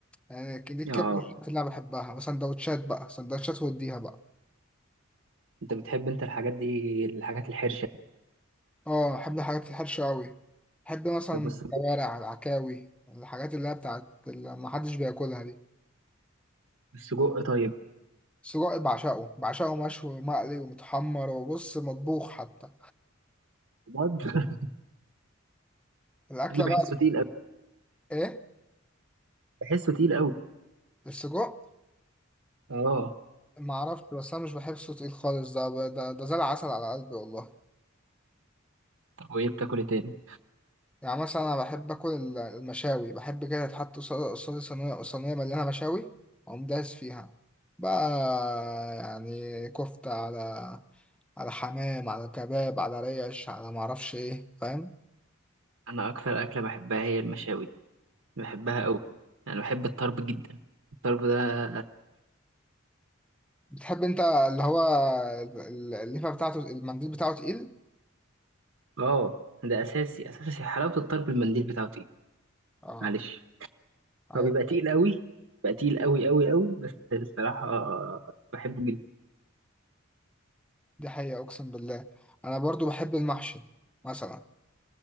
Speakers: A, in the centre; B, on the right (about 65°).
A: يعني دي الكبده
B: اه
A: اللي انا بحبها وسندوتشات بقى سندوتشات واديها بقى
B: انت بتحب انت الحاجات دي الحاجات الحرشه
A: اه احب الحاجات الحرشة قوي احب مثلا
B: طب السجق
A: الكوارع العكاوي الحاجات اللي هي بتاعت اللي محدش بياكلها دي
B: السجق طيب
A: السجق بعشقه بعشقه مشوي ومقلي ومتحمر وبص مطبوخ حتى
B: بجد <laughs>
A: الاكله
B: انا بحسه
A: بقى
B: تقيل قوي
A: ايه
B: بحسه تقيل قوي
A: السجق
B: اه
A: ما اعرفش بس انا مش بحب صوت تقيل خالص ده ده ده زي العسل على قلبي والله
B: طب وايه بتاكل إيه تاني
A: يعني مثلا انا بحب اكل ال- المشاوي بحب كده تحط قصاد- قصادي صينيه صينيه مليانه مشاوي اقوم دايس فيها بقى يعني كفته على على حمام على كباب على ريش على معرفش ايه فاهم
B: انا اكثر اكله بحبها هي المشاوي دي بحبها قوي انا بحب الطرب جدا الطرب ده
A: بتحب انت اللي هو ال- ال- الليفه بتاعته المنديل بتاعه تقيل
B: اه ده اساسي اساسي حلاوه الطرب المنديل بتاعته
A: اه
B: معلش
A: ايوه
B: هو بيبقى تقيل قوي بيبقى تقيل قوي قوي قوي بس الصراحة آه، بحبه جدا
A: دي حقيقة اقسم بالله انا برضو بحب المحشي مثلا